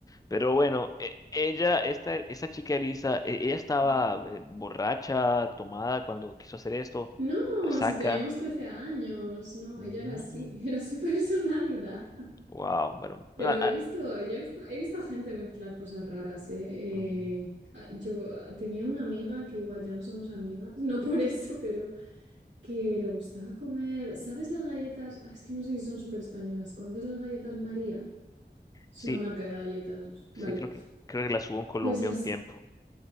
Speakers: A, on the left; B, on the right.
A: Pero bueno, e- ella, esta, esta chica Elisa, e- ella estaba
B: ujú.
A: eh, borracha, tomada cuando quiso hacer esto,
B: No,
A: resaca.
B: si teníamos trece años, no,
A: Mm,
B: ella era así, <laughs> era su personalidad.
A: wow, bueno,
B: Pero
A: bueno, ah,
B: he visto, ya he visto, he visto a gente mezclar cosas raras, ¿eh?
A: mm,
B: Eh, a- yo tenía una amiga que igual ya no somos amigas, no por eso, pero que le gustaba comer, ¿sabes las galletas? Ah, Es que no sé si son súper españolas. ¿Conoces las galletas María? Es
A: sí,
B: una marca de galletas,
A: sí,
B: vale.
A: creo que, creo que la subo en Colombia
B: Pues las,
A: un tiempo.